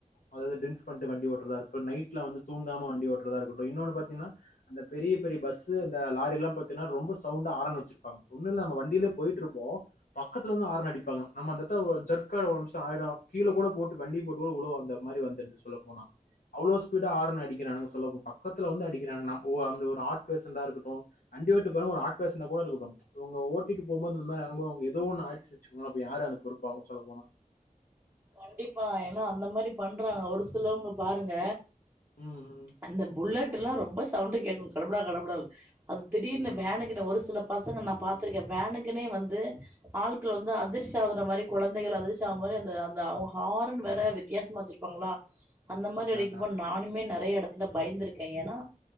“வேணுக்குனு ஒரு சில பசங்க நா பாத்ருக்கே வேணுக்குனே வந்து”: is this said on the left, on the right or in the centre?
Right